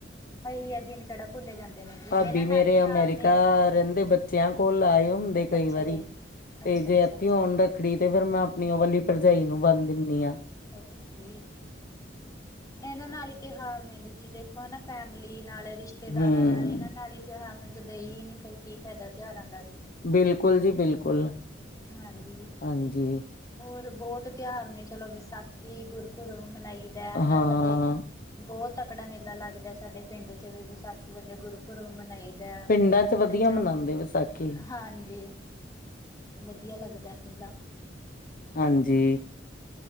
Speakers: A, on the left (about 20°); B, on the left (about 50°).
A: ਇਹੀ ਹੈ ਦਿਨ ਕਿਹੜਾ ਭੁੱਲੇ ਜਾਂਦੇ ਨੇ ਜੀ
B: ਪਾਬੀ
A: ਇਹਨਾਂ ਨਾਲ
B: ਮੇਰੇ
A: ਹੀ ਤਿਉਹਾਰ
B: ਅਮੈਰੀਕਾ
A: ਨੇ
B: ਰੈੰਦੇ ਬੱ ਬੱਚਿਆਂ ਕੋਲ ਆਏ ਹੁੰਦੇ ਕਈ
A: ਅੱਛਾ
B: ਵਾਰੀ
A: ਜੀ ਅੱਛਾ
B: ਤੇ ਜੇ
A: ਅੱਛਾ
B: ਐਥੇ
A: ਅੱਛਾ
B: ਔਨ ਰੱਖੜੀ ਤੇ ਫੇਰ ਮੈਂ ਅਪਣੀ ਔ ਵਲੀ ਪਰਜਾਈ ਨੂੰ ਬੰਨ ਦਿੰਨੀ ਆਂ।
A: ਔਕੇ ਐਨਾਂ ਨਾਲ ਈ ਤੇਹਾਰ ਨੇ, ਜੀ ਦੇਖੋ ਨਾ ਫੈਮਲੀ ਨਾਲ ਰਿਸ਼ਤੇ ਰਿਸ਼ਤੇਦਾਰਾਂ
B: ਹਮ
A: ਨਾੜ ਏਨਾਂ ਨਾੜ ਹੀ ਤੇਹਾਰ ਨੇ, ਜਦ ਏ ਈ ਨੀ ਫੇਰ ਕੀ ਫੈਦਾ ਤੇਹਾਰਾਂ ਦਾ ਵੀ।
B: ਬਿਲਕੁਲ ਜੀ ਬਿਲਕੁਲ।
A: ਹਾਂਜੀ
B: ਹਾਂਜੀ
A: ਹੋਰ ਬੋਤ ਤੇਓਆਰ ਨੇ ਚਲੋ ਵਿਸਾਖੀ ਗੁਰਪੁਰਬ ਮਨਾਈ ਦੈ ਹਨਾ
B: ਹਾਂ
A: ਸਾਡੇ। ਬੋਤ ਤਕੜਾ ਮੇਲਾ ਲੱਗਦਾ ਸਾਡੇ ਪਿੰਡ ਚ ਵੀ ਵਿਸਾਖੀ ਵੱਲੇ ਗੁਰਪੁਰਬ ਮਨਾਈ <unintelligible>
B: ਪਿੰਡਾਂ ਚ ਵਧੀਆ ਮਨਾਉਂਦੇ ਵਿਸਾਖੀ
A: ਵਦੀਆ ਲੱਗਦੈ ਮੇਲਾ।
B: ਹਂਜੀ